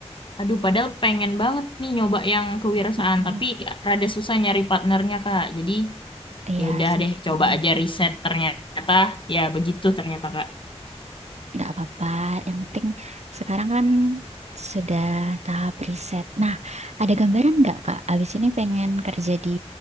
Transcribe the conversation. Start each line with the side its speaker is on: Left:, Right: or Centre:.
Left: aduh padahal pengen banget nih nyoba yang kewirausahaan,
Right: Hmm,
Left: tapi rada susah nyari partnernya Kak. Jadi
Right: Iya
Left: ya udah
Right: sih,
Left: deh, coba
Right: mm-mm.
Left: aja riset ternyata ya begitu ternyata Kak.
Right: nggak apa-apa. Yang penting sekarang kan sudah tahap riset. Nah, ada gambaran nggak Kak? Abis ini pengen kerja di